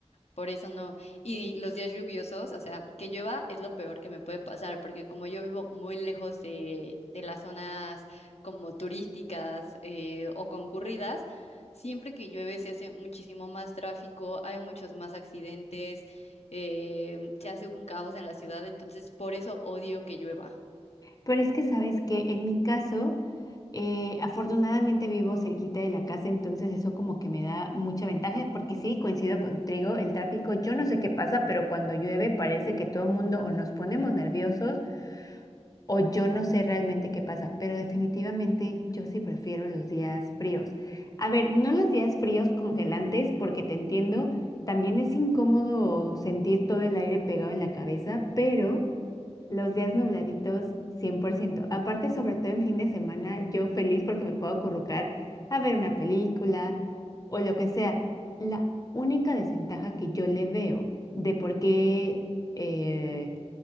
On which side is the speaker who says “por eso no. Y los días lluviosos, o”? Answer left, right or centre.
Left